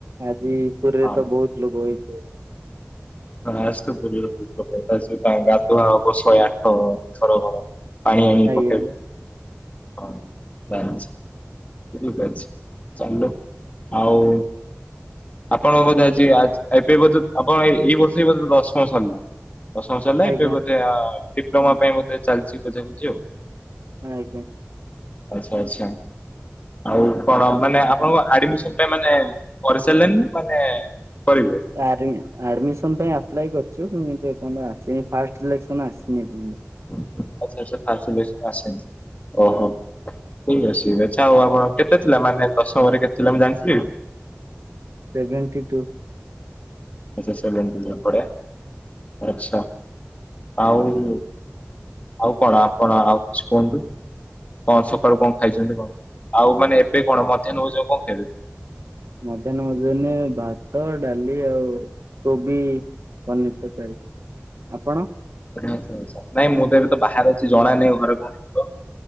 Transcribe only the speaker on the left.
ହଁ।
ହଁ ଆଜ ତ ପୁରୀ ରେ ବହୁତ୍ ଲୋକ ଆସିବେ ପାଣି ଗାଧୁଆ ହବ ଶହେ ଆଠଥର ଗରା। ପାଣି ଆଣିକି
ପକେଇବେ ହଁ ଜାଣିଛି। ଠିକୂ ଅଛି ଚାଲୁ ଆଉ। ଆପଣଙ୍କ ବୋଧେ ଆଜି ଏବେ ବୋଧେ ଆପଣ ଏ ଏଇ ବର୍ଷ ବୋଧେ ଦଶମ ସରିଲା। ଦଶମ ସରଲା
ଏବେ ବୋଧେ ଆ ଡିପ୍ଲୋମା ପାଇଁ ବୋଧେ ଚାଲଚି ଖୋଜା ଖୋଜି ଆଉ।
ଆଚ୍ଛା ଆଚ୍ଛା ଆଉ କଣ ମାନେ ଆପଣଙ୍କ ଆଡମିସନ ପାଇଁ ମାନେ <unintelligible> ମାନେ କରିବେ।
ଆଚ୍ଛା ଆଚ୍ଛା ଫାଷ୍ଟ ସିଲେକ୍ସନ ଆସିନି। ଓହୋ ଠିକ୍ ଅଛି। ଆଚ୍ଛା ଆଉ ଆପଣ କେତେ ଥିଲା ମାନେ ଦଶମରେ କେତେ ଥିଲା ମୁଁ ଜାଣଥିଲି।
ଆଚ୍ଛା ସେଭେଣ୍ଟି ଟୁ ବଡ଼ିଆ ଆଚ୍ଛା ଆଉ ଆଉ କଣ ଆପଣ ଆଉ କିଛି କୁହନ୍ତୁ। କଣ ସକାଳୁ କଣ ଖାଇଛନ୍ତି କଣ ଆଉ ମାନେ ଏବେ କଣ ମଧ୍ୟାହ୍ନ ଭୋଜ କଣ ଖାଇବେ।
ଆଛା ଆଛା ନାଇଁ ମୁଁ ତ ଏବେ ତ ବାହାରେ ଅଛି ଜଣା ନାଇ ଘରେ କଣ ହେଇଥିବ।